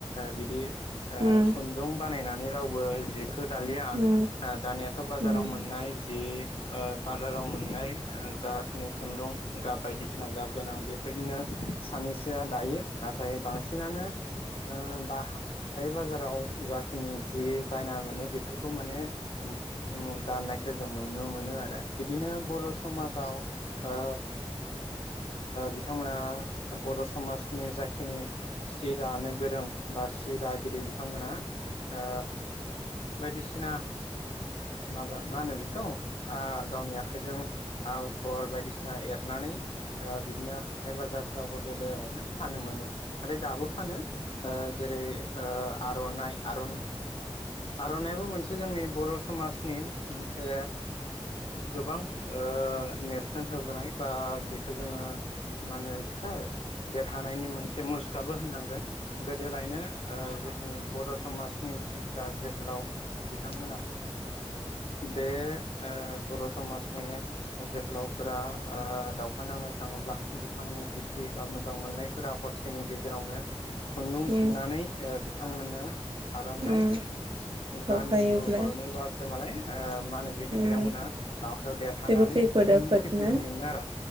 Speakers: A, on the left; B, on the right.
A: बिदि ओ
B: उम उम
A: खुन्दुं बानायनानै रावबो बर'नि जि जिखौ दालिया
B: उम
A: दानियाथ' बाजाराव
B: उम औ
A: मोननाय जि ओ बाजाराव मोननाय ओ जाखिनि खुन्दुं गाब बायदिसिना गाब गोनां बेफोरनिनो सानैसोआ दायो नाथाय बांसिनानो ओ बा हाथाय बाजाराव जाखिनि जि बायना मोनो बे बेफोरखौ माने ओम गाननायखौ जों नुनो मोनो आरो बिदिनो बर' समाजाव ओ बिथांमोना बर' समाजनि जाखिनि सि दानो गोरों बा सि दा गिदिर बिथांमोना ओ बायदिसिना माबा मा होनो बेखौ हो गावनि आखाइजों आगर बायदिसिना एरनानै ओ बिदिनो हाथाय बाजारफ्रावबो गोदालायनो फानो मोनो आरो दाबो फानो ओ जेरै ओ आर'नाइ आर'न आर'नायाबो मोनसे जोंनि बर' समाजनि मोनसे गोबां ओ नेरसोन होबोनाय बा बेखौ जोङो मा होनो एखो देरहानायनि मोनसे मुसुखाबो होननांगोन गोदोलायनो ओ जोंनि बर' समाजनि जा जोहोलाव बिथांमोना बे ओ बर' समाजनि जोहोलावफोरा ओ दाव दावहा नांनो थाङोब्ला बिथांनि बिसि एबा मोजां मोजां मोननायफोरा हरसेनि गेजेरावनो खुन्दुं
B: उम
A: थुननानै बिथांमोना आर'नाय
B: उम हरफायोब्ला
A: गानहोहरनोब्लाासो मालाय मा होनो बे
B: उम
A: बिथांमोना दावहायाव देरहानानै
B: जेबो खैफोद
A: फिन
B: आफोद
A: फैफिनो
B: ना
A: मोनो आरो